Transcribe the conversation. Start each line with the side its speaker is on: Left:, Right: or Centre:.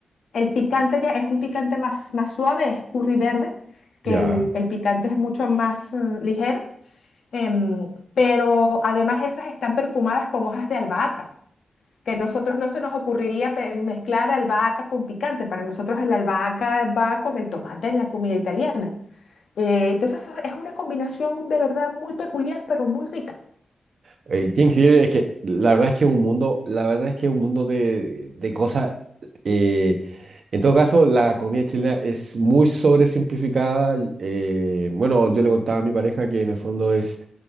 Left: el picante ya es un picante más, más suave, es curry verde, que
Right: ya.
Left: el, el picante es mucho más eh, ligero, em, pero además esas están perfumadas con hojas de albahaca, que a nosotros no se nos ocurriría pe- mezclar albahaca con picante, para nosotros la albahaca va con el tomate en la comida italiana. Eh, entonces eso es una combinación de verdad muy peculiar, pero muy rica.
Right: Eh, qué increíble, es que la verdad es que es un mundo, la verdad es que es un mundo de, de cosas. eh, en todo caso, la comida chilena es muy sobresimplificada. eh, bueno, yo le contaba a mi pareja que en el fondo es